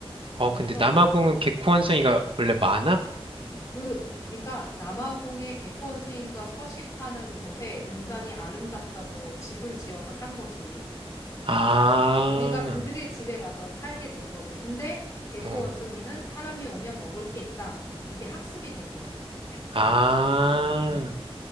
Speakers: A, on the right (about 60°); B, on the left (about 30°).
A: 어, 근데
B: 그래서
A: 남아공은 개코한승이가 원래 많아?
B: 그, 그러니까 남아공의 개코 원숭이가 서식하는 곳에 인간이 아름답다고 집을 지어서 산 거지.
A: 아,
B: 그러니까 우리가 그들의 집에 가서 살게 된 거지. 근데 개코
A: 어.
B: 원숭이는 사람이 오면 먹을 게 있다. 이게 학습이 된 거야.
A: 아,
B: 음.